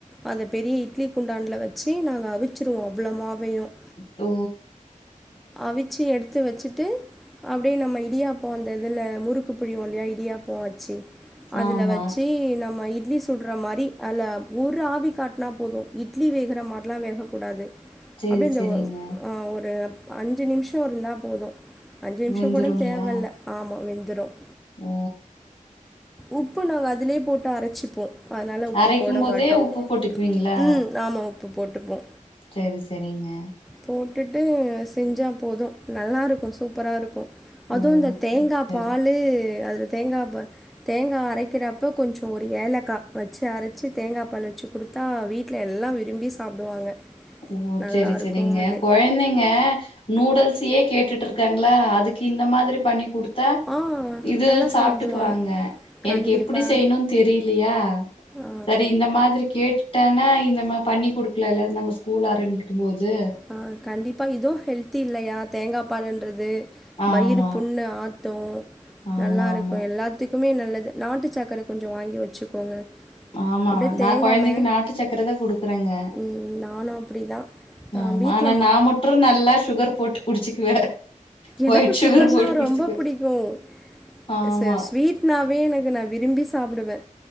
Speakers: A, in the centre; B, on the left.
A: அத பெரிய இட்லி குண்டான்ல் வச்சு நாங்க அவிச்சிருவோ அவ்வளோ மாவயும்
B: ஓ
A: அவிச்சு எடுத்து வச்சுட்டு அப்டியே நம்ம இடியாப்போம் அந்த இதுல முறுக்கு புழிவோம் இல்லயா இடியாப்போ அச்சு அதுல
B: ஆமா
A: வச்சு நம்ம இட்லி சுடுற மாரி அல்ல ஒரு ஆவி காட்டுனா போதும் இட்லி வேகுற மாரிலா வேகக்கூடாது
B: சரி
A: அப்டியேந்த
B: சரிங்க
A: ஒ ஒரு அஞ்சு நிமிஷோ இருந்தா போதும் அஞ்சு நிமிஷோ
B: வெந்துருங்களா
A: கூட தேவல்ல ஆமா வெந்துரும்
B: ஓ
A: உப்பு நாங்க அதுலே போட்டு அரச்சிப்போம் அதனால உப்பு
B: அரைக்கும்
A: போட
B: போதே
A: மாட்டோ
B: உப்பு போட்டுக்குவீங்களா
A: ம் ஆமா உப்பு போட்டுப்போ
B: சேவி செரிங்க
A: போட்டுட்டு செஞ்சா போதும் நல்லாருக்கும் சூப்பராருக்கும் அதுவும்
B: ஓ
A: இந்த தேங்கா
B: சரி
A: பாலு அதுல தேங்கா பால் தேங்கா அரக்கிறப்ப கொஞ்சோ ஒரு ஏலக்கா வச்சு அரச்சு தேங்கா பாலு வச்சு குடுத்தா வீட்ல எல்லா விரும்பி சாப்டுவாங்க
B: ஓ
A: நல்லாருக்கு
B: செரி செரிங்க
A: அது
B: கொழந்தைங்க நூடுல்ஸயே கேட்டுட்டு இரு க்காங்களா அதுக்கு இந்த மாதிரி பண்ணி குடுத்தா
A: ஆ
B: இது
A: நல்லா
B: சாப்ட்டுக்குவாங்க
A: சாப்டுவாங்க
B: எனக்கு
A: கண்டிப்பா
B: எப்டி செய்யணு தெரியலையா
A: ஆ
B: சரி இந்த மாதிரி கேட்டானா நம்ம இப்பண்ணி குடுக்கலல்ல நம்ம ஸ் கூல் ஆரம்பிக்கும் போது
A: ஆ கண்டிப்பா இதுவும் ஹெல்தி இல்லையா தேங்கா பாலன்றது
B: ஆமா
A: வயிறு புண்ணு ஆத்தும்
B: ஆமா
A: நல்லாருக்கும்
B: ஆமா
A: எல்லா த்துக்குமே நல்லது நாட்டு சக்கர கொஞ்சோ வாங்கி வச்சுக்கோங்க
B: ஆமா
A: அப்டியே தேங்காம
B: நா கொயந்தைக்கு நாட்டு சக்கரதான் குடுக்குறேங்க
A: ம் நானு அப்டிதா ஆ
B: ஆமா
A: வீட்ல
B: ஆனா நான் மட்ரும் நல்லா சுகர் போட்டு குடிச்சுக்குவே
A: எனக்கும்
B: ஒயிட் சுகர்
A: சுகர்னா
B: போட்டு குடிச்சுக்குவே
A: ரொம்ப புடிக்கும்
B: ஆமா
A: ச ஸ்வீட் னாவே எனக்கு நா விரும்பி சாப்டுவே